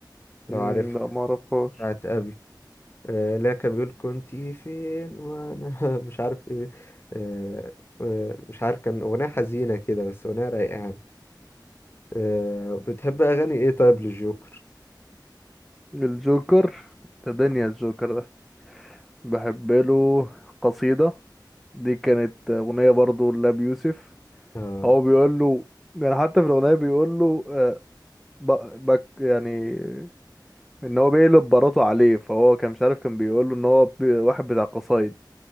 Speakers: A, on the left (about 30°); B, in the centre.
A: لو
B: مم،
A: عارف
B: لا معرفهاش
A: بتاعت أبي آه، اللي هي كان بيقول كنت فين وأنا <laughs> مش عارف إيه آه، آه، مش عارف كان أغنية حزينة كده بس أغنية رايقة يعني آه، بتحب أغاني إيه طيب للجوكر؟
B: الجوكر ده دنيا الجوكر ده بحب له قصيدة دي كانت أغنية برضو لأبي يوسف
A: اه
B: هو بيقول له يعني حتى في الأغنية بيقول له آه، ب- بك يعني إن هو بيقلب براته عليه فهو كان مش عارف كان بيقول له إن هو بي- واحد بتاع قصايد